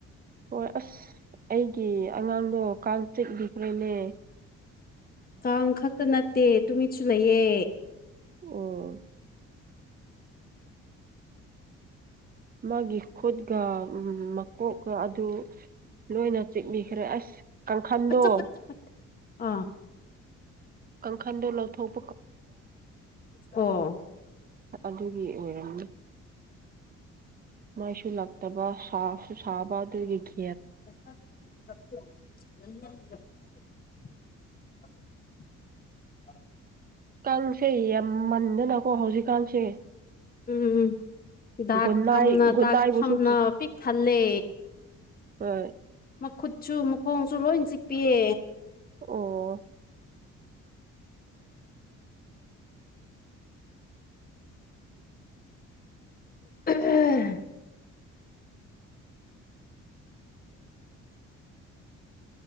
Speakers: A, on the right (about 30°); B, on the left (about 30°).
A: ꯍꯣꯏ ꯑꯁ ꯑꯩꯒꯤ ꯑꯉꯥꯡꯗꯣ ꯀꯥꯡꯆꯤꯠꯂꯤꯈ꯭ꯔꯦꯅꯦ
B: ꯀꯥꯡ ꯈꯛꯇ ꯅꯠꯇꯦ ꯇꯨꯃꯤꯠꯁꯨ ꯂꯩꯌꯦ
A: ꯎ ꯃꯥꯒꯤ ꯈꯨꯠꯒ ꯃꯀꯣꯛꯀ ꯑꯗꯨ ꯂꯣꯏꯅ ꯆꯤꯛꯕꯤꯈ꯭ꯔꯦ ꯑꯁ ꯀꯥꯡꯈꯟꯗꯣ
B: ꯑꯆꯥꯄꯠ ꯆꯄꯠ ꯑꯥ
A: ꯀꯥꯡꯈꯟꯗꯣ ꯂꯧꯊꯣꯛ
B: ꯑꯣ
A: ꯑꯗꯨꯒꯤ ꯑꯣꯏꯔꯅꯤ ꯃꯥꯏꯁꯨ ꯂꯇꯕ ꯁꯥꯁꯨ ꯁꯥꯕ ꯑꯗꯨꯗꯒꯤ
B: <inaudible> <inaudible>
A: ꯀꯥꯡꯁꯦ ꯌꯥꯝꯃꯟꯗꯅꯀꯣ ꯍꯧꯖꯤꯛꯀꯥꯟꯁꯦ
B: ꯎꯝꯤ ꯗꯥꯛ
A: ꯒꯨꯟꯅꯥꯏ
B: ꯐꯝꯅ
A: ꯒꯨꯟꯅꯥꯏꯕꯨꯁꯨ
B: ꯗꯥꯛ ꯐꯝꯅ ꯄꯤꯛ ꯊꯜꯂꯦ
A: ꯎꯝ
B: ꯃꯈꯨꯠꯁꯨ ꯃꯈꯣꯡꯁꯨ ꯂꯣꯏ ꯆꯤꯛꯄꯤꯌꯦ
A: ꯑꯣ
B: ꯑ